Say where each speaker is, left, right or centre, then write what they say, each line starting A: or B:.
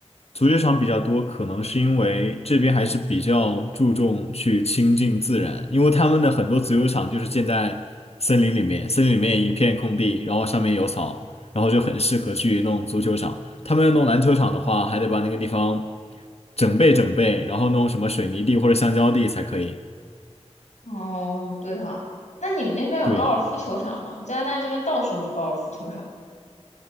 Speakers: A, on the left; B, on the left.
A: 足球场比较多，可能是因为这边还是比较注重去亲近自然，因为他们的很多足球场就是建在森林里面，森林里面一片空地，然后上面有草，然后就很适合去弄足球场。他们要弄篮球场的话，还得把那个地方整备整备，然后弄什么水泥地或者橡胶地才可以。
B: 哦，对哈，那你们那边有高尔夫球场吗？
A: 对。
B: 加拿大这边到处有高尔夫球场，